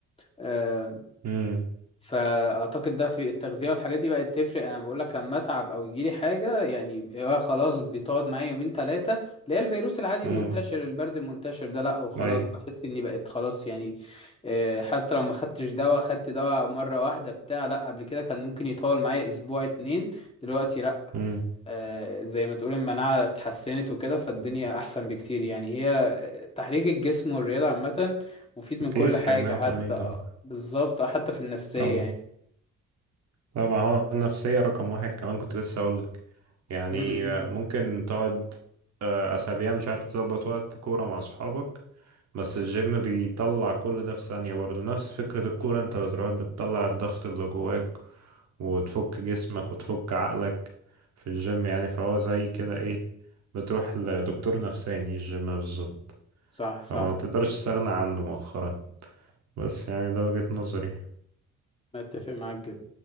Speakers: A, on the left (about 20°); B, on the right (about 60°).
A: آه،
B: امم
A: فاعتقد ده في التغذيه والحاجات دي بقت تفرق انا بقول لك لما اتعب او يجيلي حاجه يعني هو خلاص بتقعد معايا يومين ثلاثه اللي هي الفيروس العادي المنتشر
B: امم
A: البرد المنتشر ده لا وخلاص
B: اي
A: بحس اني بقيت خلاص يعني آه، حتى لو ما خدتش دواء خدت دواء مره واحده بتاع لا قبل كده كان ممكن يطول معايا اسبوع اتنين دلوقتي لا
B: امم
A: آه، زي ما تقول المناعه اتحسنت وكده فالدنيا احسن بكتير يعني هي آه، تحريك الجسم والرياضه عامه مفيد من
B: بيفرق
A: كل حاجه
B: 180
A: حتى
B: درجة
A: بالظبط حتى في النفسيه
B: طبعا
A: يعني
B: طبعا هو النفسية رقم واحد كمان كنت لسه اقول لك يعني
A: م- م.
B: ممكن تقعد آه، اسابيع مش عارف تظبط وقت كورة مع اصحابك بس الجيم بيطلع كل ده في ثانية برضو نفس فكرة الكورة انت بتروح بتطلع الضغط اللي جواك وتفك جسمك وتفك عقلك في الجيم يعني فهو زي كده ايه بتروح لدكتور نفساني الجيم بالظبط
A: صح
B: فما
A: صح
B: تقدرش تستغنى عنه مؤخرا بس يعني ده وجهة نظري
A: أنا أتفق معاك جدا